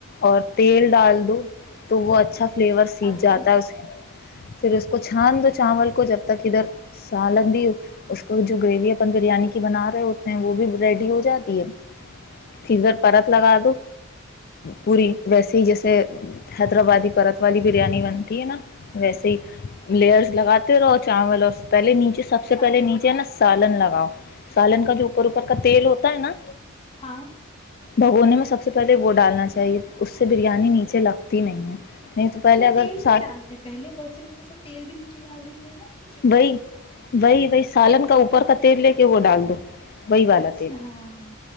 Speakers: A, on the left (about 45°); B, on the left (about 25°).
A: اور تیل ڈال دو تو وہ اچھا س فلیور سیھ
B: اچھا
A: جاتا ہے اس پھر اس کو چھان دو چاول کو جب تک ادھر سالگ بھی اس تو جو گریوی بریانی کی بنا رہے ہوتے ہیں وہ بھی ریڈی ہو جاتی ہے فزر پرت لگا دو پوری ویسے ہی جیسے حیدرآبادی پرت والی بریانی بنتی ہے نا ویسے ہی لیئرس لگاتےو چاول اور پہلے نیچے سب سے پہلے
B: اچ
A: نیچے نا سالن لگاؤ سالن کا جو اوپر اوپر کا تیل ہوتا ہے نا
B: ہاں
A: بھگونے میں سب سب سے پہلے وہ ڈالنا چاہیے اس سے بریانی نیچے لگتی نہیں ہے نہیں تو پہلے
B: اچھا
A: اگر
B: تیل
A: سا
B: نہیں ڈالتے پہلے بہت سے لوگ تو سے تیل بھی نیچے ڈال دیتے ہیں نا نیچے
A: وہی وہی ب سالن کا اوپر کا تیل لے کے وہ ڈال دو وہی والال
B: اچھا
A: تھ
B: ہاں ہاں